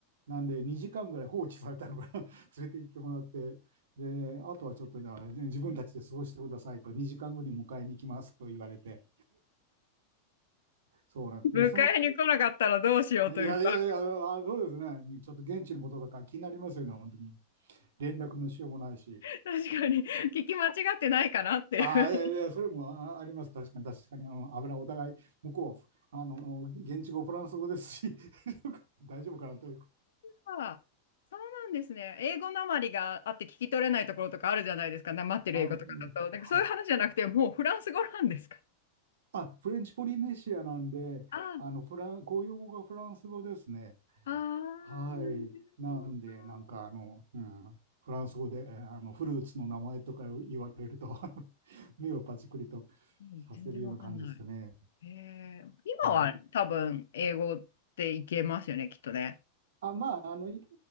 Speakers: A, on the right; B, on the left.
A: なんで、2時間ぐらい放置されたのかな、<laughs> 連れて行ってもらって、で、あとはちょっとね、じゃあ自分たちで過ごしてくださいと、2時間後に迎えに来ますと言われて、そうなんで、
B: 迎えに来なかったらどうしようというか、
A: その、いやいやいや、あ、そうですね、ちょっと現地のことだから気になりますよね、本当に。連絡のしようもないし。
B: <laughs> 確かに、聞き間違ってないかなっていう。
A: ああ、いやいや、それもああります。確かに、確かに。あの、危ない。お互い、向こう、あの、現地語、フランス語ですし、<laughs> 大丈夫かなという。
B: あーそうなんですね。英語なまりがあって聞き取れないところとかあるじゃないですか。なまってる英語とかだと。
A: あ、うんは、
B: なんかそういう話じゃなくて、もうフランス語なんですか。
A: あ、フレンチポリネシアなんで、
B: あ
A: あの、フラン、公用語がフランス語ですね。
B: あ、あーなるほど。
A: はい。なんで、なんか、あの、うん、フランス語で、あの、フルーツの名前とか言われると <laughs> 目をパチクリと
B: うん全然わかんない。
A: させるような感じでしたね。
B: へえ、今は多分英語っていけますよね、
A: はい。
B: きっとね。
A: あ、まあ、あの、い